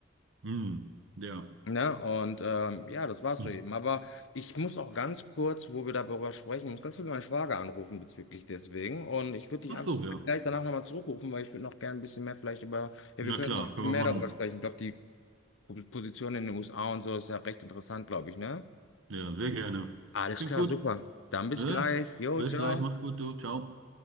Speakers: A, on the right; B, on the left.
A: Hm. Ja.
B: Ne? Und ähm, ja, das war's
A: Hm.
B: so eben. Aber ich muss auch ganz kurz, wo wir darüber sprechen, ich muss ganz kurz meinen Schwager anrufen bezüglich deswegen. Und ich würde dich
A: Ach
B: einfach
A: so, ja.
B: gleich danach nochmal zurückrufen, weil ich würde noch gerne ein bisschen mehr vielleicht über, ja,
A: Na
B: wir können
A: klar,
B: noch
A: können
B: mehr
A: wir machen.
B: darüber sprechen. Ich glaube, die Position in den USA und so ist ja recht interessant, glaube ich, ne?
A: Ja, sehr gerne.
B: Alles
A: Klingt
B: klar,
A: gut.
B: super. Dann bis
A: Ne?
B: gleich. Jo,
A: Bis
B: ciao.
A: gleich, mach's gut, du. Ciao.